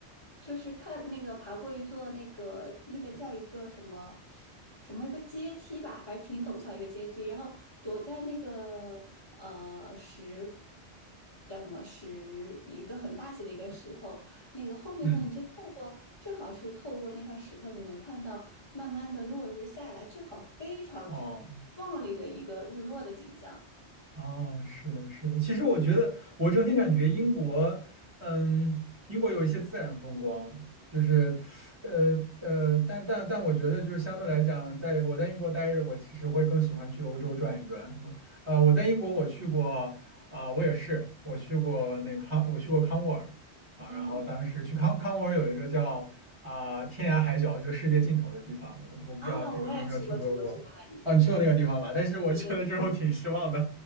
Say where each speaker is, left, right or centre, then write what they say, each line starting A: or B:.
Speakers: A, on the left; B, on the right.
A: 就是看那个爬过一座那个那个叫一个什么什么一个阶梯吧，反正挺陡峭一个阶梯，然后躲在那个呃石叫什么石一个很大些的一个石头，那个后面呢，
B: 嗯，
A: 你就透过正好是透过那块石头，你能看到慢慢的落日下来，正好非常
B: 哦。
A: 壮丽的一个日落的景象，
B: 哦，是的，是的。其实我觉得，我整体感觉英国，嗯，英国有一些自然风光，就是，呃呃，但但但我觉得，就是相对来讲，在我在英国待着，我其实会更喜欢去欧洲转一转。我呃，我在英国我去过，啊、我也是，我去过那康，我去过康沃尔啊，
A: 嗯。
B: 然后当时去康康沃尔有一个叫啊、天涯海角，就世界尽头的地方，我不我不知道这个你有没有听说过？
A: 啊，我也去过，去过，去过那里。
B: 啊，你去过那个地方吧？但是我去了之后挺失望的。
A: 对对对，